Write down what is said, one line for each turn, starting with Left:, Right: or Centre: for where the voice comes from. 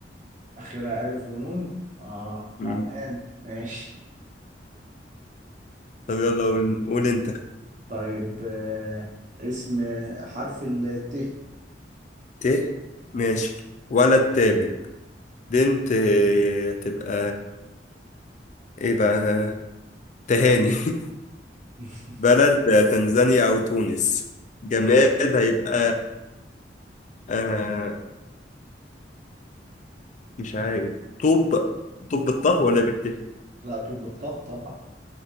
Right: آخرها ألف ونون آه
Left: <laughs>
Right: عمان ماشي
Left: طب يلا قول قول أنت
Right: طيب آه، اسم حرف الت
Left: ت ماشي ولد تامر بنت آه، تبقى إيه بقى تهاني
Right: <laughs>
Left: <laughs> بلد آه، تنزانيا أو تونس جماد هيبقى آه، مش عارف طوب طوب بالطه ولا بالت
Right: لا طول بالطه طبعا